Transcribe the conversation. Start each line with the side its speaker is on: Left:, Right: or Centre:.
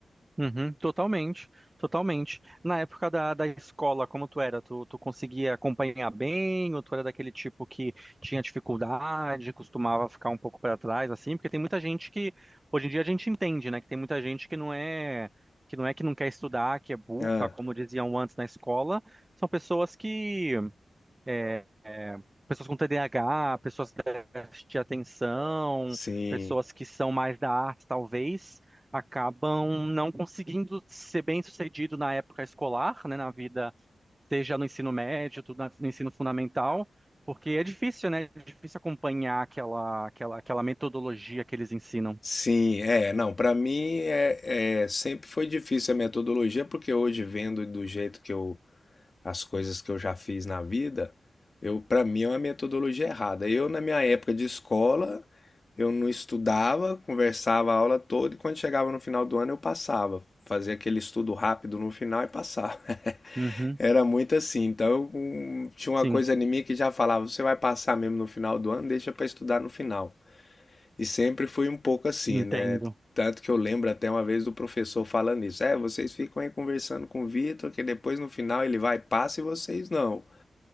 Right: Uhum, totalmente, totalmente. Na época da, da escola, como tu era? Tu, tu conseguia acompanhar bem, ou tu era daquele tipo que tinha dificuldade, costumava ficar um pouco para trás, assim? Porque tem muita gente que, hoje em dia a gente entende, né? Que tem muita gente que não é, que não é que não quer estudar, que é burra,
Left: Ah,
Right: como diziam antes na escola. São pessoas que é, pessoas com TDAH, pessoas déficit de atenção,
Left: sim,
Right: pessoas que são mais da arte, talvez, acabam não conseguindo ser bem-sucedido na época escolar, né, na vida, seja no ensino médio, tudo na- no ensino fundamental, porque é difícil, né? É difícil acompanhar aquela, aquela, aquela metodologia que eles ensinam.
Left: sim, é. Não, para mim é, é, sempre foi difícil a metodologia, porque hoje vendo do jeito que eu, as coisas que eu já fiz na vida, eu, para mim é uma metodologia errada. Eu, na minha época de escola, eu não estudava, conversava a aula toda e quando chegava no final do ano eu passava. Fazia aquele estudo rápido no final e passava.
Right: Uhum,
Left: Era muito assim. Então, um, tinha uma
Right: sim,
Left: coisa em mim que já falava: você vai passar mesmo no final do ano, deixa para estudar no final. E sempre foi um pouco assim,
Right: entendo.
Left: né? Tanto que eu lembro até uma vez do professor falando isso: é, vocês ficam aí conversando com o Vitor, que depois no final ele vai, passa e vocês não.